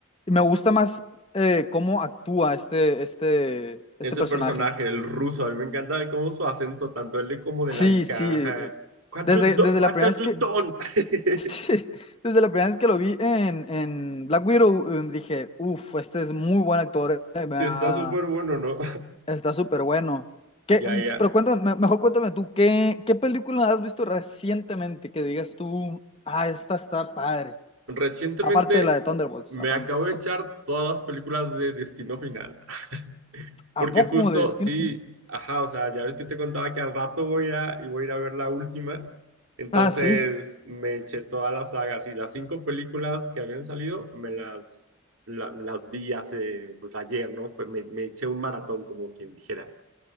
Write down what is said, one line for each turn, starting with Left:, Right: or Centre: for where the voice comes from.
Left: me gusta más eh, cómo actúa este, este, este
Right: ese
Left: personaje.
Right: personaje, el ruso, a mí me encanta cómo su acento, tanto el de como de
Left: Sí,
Right: la hija.
Left: sí,
Right: Ajá.
Left: eh,
Right: What
Left: desde,
Right: you do-
Left: desde
Right: what
Left: la primera
Right: have
Left: vez
Right: you
Left: que,
Right: done? <laughs>
Left: <laughs> desde la primera vez que lo vi en, en Black Widow, eh, dije, uff, este es muy buen actor, eh, me
Right: Sí,
Left: va-
Right: está súper bueno, ¿no?
Left: Está súper bueno. ¿Qué-
Right: Ya, ya.
Left: pero cuéntame, me- mejor cuéntame tú, ¿qué, qué película has visto recientemente que digas tú, ah, esta está padre?
Right: Recientemente
Left: Aparte de la de Thunderbolts,
Right: me
Left: aparte-
Right: acabo de echar todas las películas de Destino Final. <laughs>
Left: ¿a
Right: Porque
Left: poco
Right: justo,
Left: de Steel?
Right: sí,
Left: ¿no?
Right: ajá, o sea, ya ves que te contaba que al rato voy a, y voy a ir a ver la última. Entonces
Left: Ah, sí.
Right: me eché todas las sagas y las cinco películas que habían salido, me las, la- las vi hace, pues ayer, ¿no? Pues me, me eché un maratón, como quien dijera.